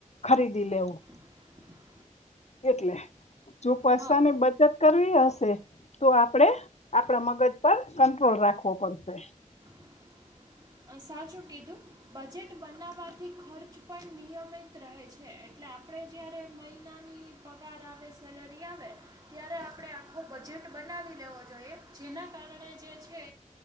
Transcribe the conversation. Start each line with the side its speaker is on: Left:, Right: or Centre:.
Left: ખરીદી લેવું.
Right: <inaudible>
Left: એટલે. જો પેસા
Right: હા
Left: ને બ ચત કરવી હશે તો આપણે આપણા મગજ પર કંટ્રોલ રાખવો પડશે.
Right: <inaudible> સાચું કીધું, બજેટ બનાવવાથી ખર્ચ પણ નિયમિત રહે છે એટલે આપણે જ્યારે મહિનાની પગાર આવે સેલરી આવે ત્યારે, આપણે આખો બજેટ બનાવી લેવો જોઈએ જેનાં કારણે જે છે,